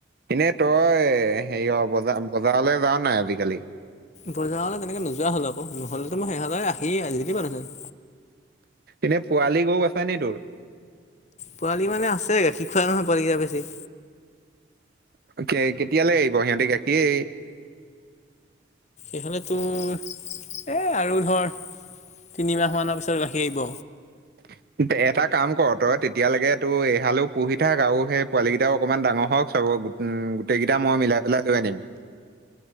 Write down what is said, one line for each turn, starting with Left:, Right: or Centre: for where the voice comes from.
Right: এনেই তই হেৰি অ বজাৰ বজাৰলৈ যাওঁ নাই আজিকালি
Left: বজাৰলে তেনেকে নোযোৱা হ'ল আক নহ'লেো মই সেইললে আহি আজ য দি <unintelligible>
Right: এনে পোৱালি গৰু আছ নি তোৰ?
Left: পোৱালি মানে আছে শিখা খোৱা নহয় পোৱাল কেই বেছি।
Right: কেতিয়ালৈ আহিব সিহঁতে গাখীৰ।
Left: এই ফালে তোৰ এই আৰু ধৰ তিনিমাহমানৰ পিছত গাখীৰ এৰিব।
Right: <unintelligible> এটা কাম কৰ তই তেতিয়ালৈকে তোৰ এহালো পুহি থাক আৰু সেই পোৱালি কেইটাও অকণমান ডাঙৰ হওঁক চব উ গোটেইকেইটা মই মিলাই পেলাই লৈ আনিম।